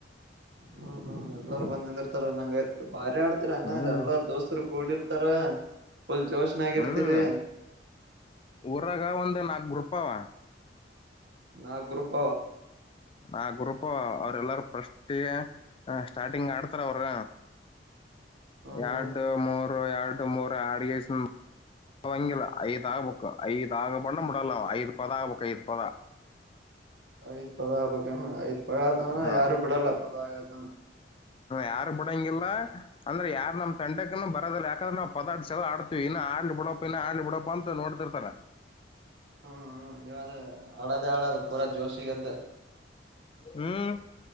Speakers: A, on the right (about 75°); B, on the left (about 30°).
A: ಹ್ಮ್ ಹ್ಮ್ ಎಲ್ಲಾರರು ಬಂದ ಅಂದಿರ್ತಾರ ನಂಗಯ್ತು ಬಾರಿ ಆಡ್ತಿರ ಹಂಗಂದ್ರ
B: ಹ್ಮ್
A: ಎಲ್ಲಾರ ದೋಸ್ತರು ಕೂಡಿ ತ್ತರ ಫುಲ್ ಜೋಷ್ ನಾಗಿರ್ತೀ
B: ಹ್ಮ್
A: ರಿ
B: ಊರಾಗ ಒಂದ್ ನಾಕ್ ಗ್ರೂಪ್ ಅವ
A: ನಾಕ್ ಗ್ರೂಪ
B: ಆ ಗ್ರೂಪ್ ಅವ್ರ ಎಲ್ಲಾರ ಫರ್ಸ್ಟ್ಯಯ ಸ್ಟಾರ್ಟಿಂಗ್ ಆಡ್ತಾರ ಅವರು
A: ಹ್ಮ್ ಹ್ಮ್
B: ಎರಡು ಮೂರು ಎರಡು ಮೂರು ಅಡಿಗೆ ಹ ವಂಗಿಲ್ಲ ಐದ ಆಗಬೇಕಕ್ಕ ಐದ ಆಗ ಬಣ ಮುಡಲ್ಲ ಐದ ಪದಾ ಬಕ್ಕ ಐದ ಪದಾ
A: ಐದ್ ಪದ ಆಗ್ಬಣ ಐದ್ ಪದ ಆತಾನ
B: ಹಾ
A: ಯಾರು ಬಿಡಲ್ಲ ಪದ ಆಗತಾನ
B: ಯಾರು ಬಿಡಂಗಿಲ್ಲ ಅಂದ್ರೆ ಯಾರ ನಮ್ಮ ತಂಡಕ್ಕನೂ ಬರೋದಿಲ್ಲ ಯಾಕಂದ್ರೆ ನಾವು ಪದಾರ್ಡ್ಸಲ್ಲ ಆಡ್ತೀವಿ ಇನ್ನು ಆಡ್ಲಿ ಬಿಡಪ್ಪ ಇನಆಡ್ಲಿ ಬಿಡಪ್ಪ ಅಂತ ನೋಡ್ತಿರ್ತಾರ
A: ಹ್ಮ್ ಹ್ಮ್ ನೀವ ಅದ ಅಳದೆೇ ಅಳದು ಪೂರ ಜೋಶಿಗೆದ್ದು
B: ಹ್ಮ್